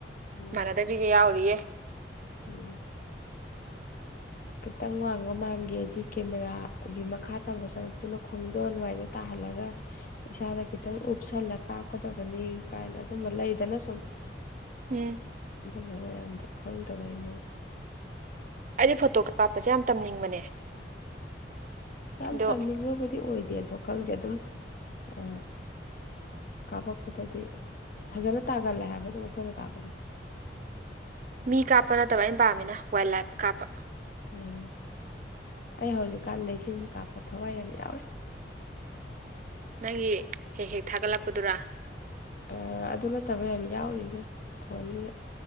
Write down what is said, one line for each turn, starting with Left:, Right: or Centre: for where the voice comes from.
Left: ꯎꯝ
Right: ꯃꯥꯟꯅꯗꯕꯤꯒ ꯌꯥꯎꯔꯤꯌꯦ
Left: ꯎꯝ ꯈꯤꯇꯪ ꯋꯥꯡꯕ ꯃꯥꯟꯒꯦꯗꯤ ꯀꯦꯃꯦꯔꯥꯒꯤ ꯃꯈꯥ ꯊꯪꯕ ꯁꯔꯨꯛꯇꯨꯅ ꯈꯣꯡꯗꯣꯟ ꯑꯗꯨꯋꯥꯏꯗ ꯇꯥꯍꯜꯂꯒ ꯏꯁꯥꯗ ꯈꯤꯇꯪ ꯎꯞꯁꯜꯂ ꯀꯥꯞꯀꯗꯕꯅꯤ ꯀꯥꯏꯅ ꯑꯗꯨꯝꯕ ꯂꯩꯗꯅ ꯁꯨꯝ
Right: ꯎꯝ
Left: ꯑꯗꯨꯅꯔ ꯑꯗ ꯈꯪꯗꯕꯩꯅꯦ
Right: ꯑꯩꯗꯤ ꯐꯣꯇꯣ ꯀꯥꯞꯄꯁꯦ ꯌꯥꯝ ꯇꯝꯅꯤꯡꯕꯅꯦ
Left: ꯌꯥꯝ
Right: ꯑꯗꯣ
Left: ꯇꯝꯅꯤꯡꯉꯕꯨꯗꯤ ꯑꯣꯏꯗꯦ ꯑꯗꯣ ꯈꯪꯗꯦ ꯑꯗꯨꯝ ꯑ ꯀꯥꯞꯄꯛꯄꯗꯗꯤ ꯐꯖꯅ ꯇꯥꯒꯜꯂꯦ ꯍꯥꯏꯕ ꯑꯗꯨꯝ ꯑꯩꯈꯣꯏꯅ ꯀꯥꯞꯄꯅꯤ
Right: ꯃꯤ ꯀꯥꯞꯄ ꯅꯠꯇꯕ ꯑꯩꯅ ꯄꯥꯝꯃꯤꯅ ꯋꯥꯏꯜ ꯂꯥꯏꯐ ꯀꯥꯞꯄ
Left: ꯎꯝ ꯑꯩ ꯍꯧꯖꯤꯛꯀꯥꯟꯗ ꯏꯆꯤꯟ ꯀꯥꯞꯄ ꯊꯋꯥꯏ ꯌꯥꯝ ꯌꯥꯎꯔꯤ
Right: ꯅꯪꯒꯤ ꯍꯦꯛ ꯍꯦꯛ ꯊꯥꯒꯠꯂꯛꯄꯗꯨꯔꯥ
Left: ꯑ ꯑꯗꯨ ꯅꯠꯇꯕ ꯌꯥꯝ ꯌꯥꯎꯔꯤꯅꯦ ꯐꯣꯟꯁꯤꯗ